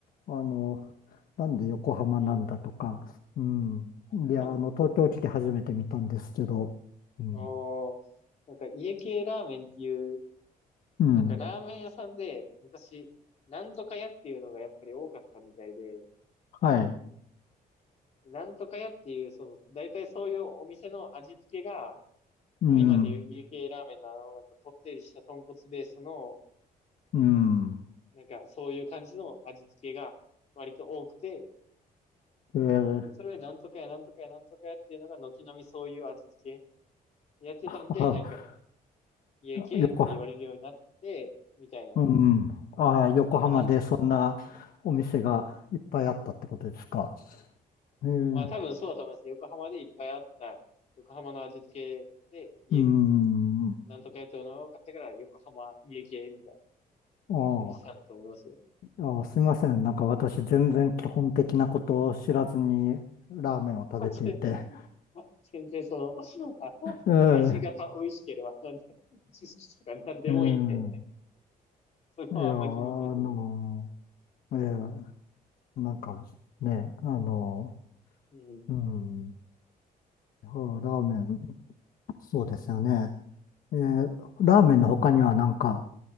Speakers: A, on the left; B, on the left.
A: あの、なんで横浜なんだとか、
B: うん。
A: うん。
B: 確かに。
A: いや、あの、東京来て初めて見たんですけど、うん。
B: おー、なんか家系ラーメンっていう
A: うん。
B: なんかラーメン屋さんで昔、なんとか屋っていうのがやっぱり多かったみたいで、
A: はい。
B: なんとか屋っていう、その、大体そういうお店の味付けが、
A: うん。
B: まあ今で言う有形ラーメンのあの、なんかこってりした豚骨ベースの、
A: うん。
B: なんかそういう感じの味付けが割と多くて、
A: えー、
B: でそれでなんとか屋、なんとか屋、なんとか屋っていうのが軒並みそういう味付けやってたんで、
A: あ、
B: なんか家系って言われるようになって、
A: 横、
B: みたいな。
A: うん。ああ、横浜でそんなお店がいっぱいあったってことですか。
B: でもなん、
A: えー、
B: まあ多分そうだと思います。横浜でいっぱいあった、横浜の味付けで、家、
A: うん。あ
B: なんとかやったのを買ってから、横浜家系みたい
A: あ。
B: な、うんしたんだと思いますよ。<laughs>
A: あ、すいません。なんか私全然基本的なことを知らずにラーメンを食べていて。
B: そうですね。まあ全然その、あ
A: ええ、
B: 味がた美味しければ、なんで、知識とかなんでもいいんで、
A: ええ。
B: そこはあんま気にせずに。
A: いや、あの、ええ、なんかね、あの、
B: うん。
A: うん。いやラーメン、そうですよね。ええ、ラーメンの他にはなんか